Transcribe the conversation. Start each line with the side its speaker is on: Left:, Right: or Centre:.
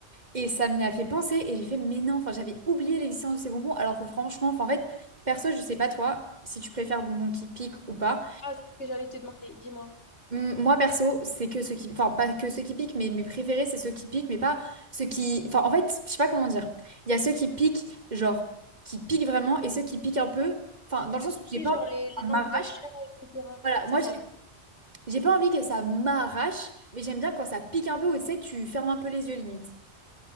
Right: et ça m'y a fait penser et j'ai fait, mais non, enfin, j'avais oublié l'existence de ces bonbons alors que franchement, enfin, en fait, perso, je sais pas toi si tu préfères bonbons qui piquent ou pas.
Left: Ah, c'est ce que j'allais te demander, dis-moi.
Right: Hum, Moi, perso, c'est que ceux qui, enfin, pas que ceux qui piquent, mais mes préférés, c'est ceux qui piquent, mais pas ceux qui, enfin, en fait, je sais pas comment dire. Il y a ceux qui piquent, genre, qui piquent vraiment et ceux qui piquent un peu, enfin, dans le
Left: Ouais,
Right: sens où j'ai
Left: tu
Right: pas
Left: sais,
Right: envie
Left: genre les
Right: que ça m'arrache.
Left: langues de chat, etc.
Right: Voilà,
Left: Ça,
Right: moi,
Left: ça
Right: je
Left: a
Right: J'ai pas envie que ça m'arrache, mais j'aime bien quand ça pique un peu ou tu sais, tu fermes un peu les yeux limite.